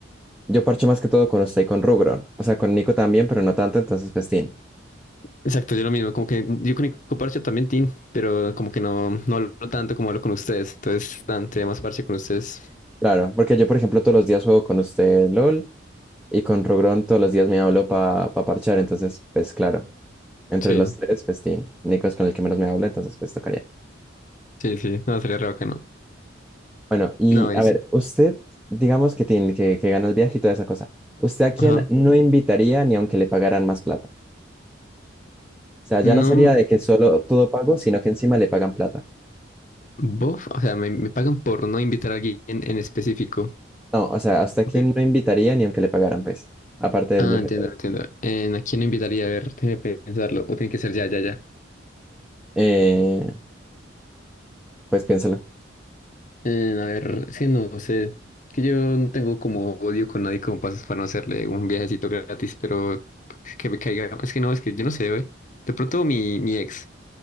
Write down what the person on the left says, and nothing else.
Exacto, yo lo mismo. Como que yo con Nico parcho también, Tin. Pero como que no, no hablo tanto como hablo con ustedes. Entonces, Stan, sería más parche con ustedes.
Sí,
sí, sí. No, sería re bacano.
No, es...
Ajá.
No.
¿Bof? O sea, me, me pagan por no invitar a alguien en específico.
Ok.
Ah,
entiendo,
entiendo. Eh, ¿a quién no invitaría? A ver, déjame pensarlo. O tiene que ser ya, ya, ya.
Eh, a ver, sí, no sé. Que yo no tengo como odio con nadie como pasas para no hacerle un viajecito gratis, pero que me caiga. Es que no, es que yo no sé, güey. De pronto mi, mi ex.